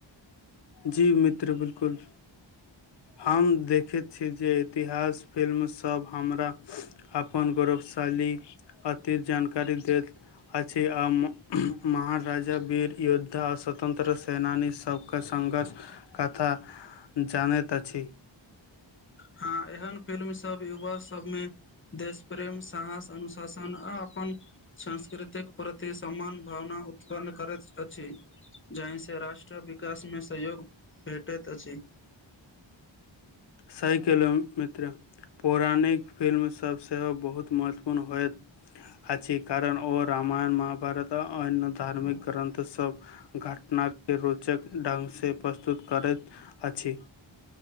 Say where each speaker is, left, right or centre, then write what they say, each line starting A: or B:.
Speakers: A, on the left (about 60°); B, on the left (about 25°).
A: जी मित्र बिलकुल हम देखैत छी जे इतिहास फिल्मसब हमरा अपन गौरवशाली अतित जानकारी देत अछि आ म महाराजा, वीर योद्धा आ स्वतन्त्र सेनानीसभके के संघर्ष कथा जानैत अछि
B: हाँ एहन फिल्म सब युवा सबमे देश प्रेम, साहस, अनुशासन आ अपन संस्कृतिक प्रति सम्मान भावना उत्पन्न करैत अछि। जाहिसँ राष्ट्र विकासमे सहयोग भेटैत अछि।
A: सही कहलौं मित्र, पौराणिक फिल्म सभ सेहो बहुत महत्वपूर्ण होयत। अछि कारण ओ रामायण महाभारत आ अन्य धार्मिक ग्रन्थ सभ घटनाके रोचक ढंगसँ प्रस्तुत करैत अछि।